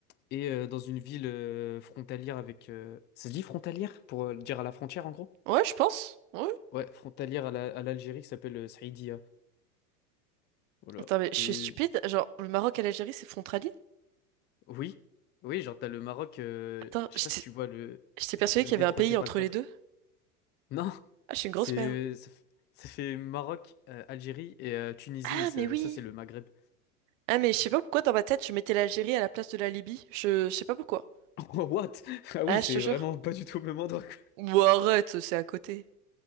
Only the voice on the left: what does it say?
et euh, dans une ville euh, frontalière avec, euh, ça se dit frontalière pour euh, dire à la frontière en gros?
Ouais, frontalière à la- à l'Algérie qui s'appelle euh, Saïdia. Voilà.
Et
Oui, oui, genre t'as le Maroc, euh,
je
sais pas si tu vois le,
le
détroit
de Gibraltar.
Non,
c'est
ça, f- ça fait Maroc, euh, Algérie et euh, Tunisie,
et ça,
ça, c'est le Maghreb.
<laughs> Oh, what? Ah
oui, c'est
vraiment pas du tout au même endroit. quoi.